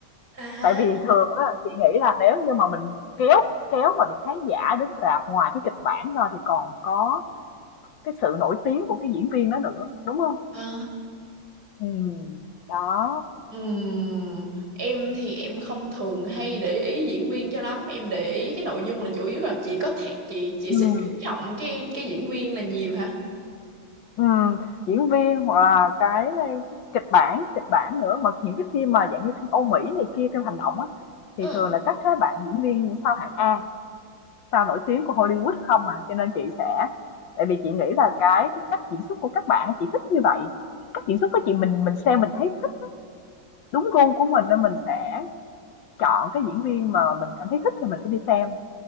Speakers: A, on the right; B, on the left.
A: À.
B: tại vì thường á chị nghĩ là nếu như mà mình kéo kéo mà được khán giả đến rạp ngoài cái kịch bản ra thì còn có cái sự nổi tiếng của cái diễn viên đó nữa đúng không
A: À.
B: ừ đó
A: Ừm, Em thì em không thường hay để ý diễn viên cho lắm, em để ý cái nội dung là chủ yếu là chị có thể chị chị
B: ừ.
A: sẽ chú trọng cái cái diễn viên là nhiều hả?
B: Ừ, diễn viên hoặc là cái, kịch bản kịch bản nữa mà những cái phim mà dạng như phim Âu Mỹ này kia phim hành động á
A: Ừ.
B: thì thường là các cái bạn diễn viên sao hạng A sao nổi tiếng của Hollywood không à cho nên chị sẽ tại vì chị nghĩ là cái cái cách diễn xuất của các bạn á, chị thích như vậy cách diễn xuất của chị mình mình xem mình thấy thích đúng gu của mình nên mình sẽ chọn cái diễn viên mà mình cảm thấy thích thì mình sẽ đi xem